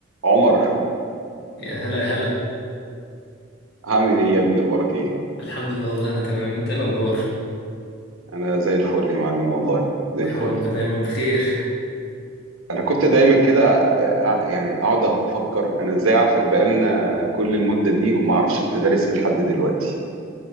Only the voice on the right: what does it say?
عمر
هعمل ايه يا ابني اخبارك ايه
انا زي الفل يا معلم والله زي
الفل
انا كنت دايما كده ع- يعني اقعد افكر انا ازاي عارفك بقالنا كل المدة دي وما اعرفش انت دارس ايه لحد دلوقتي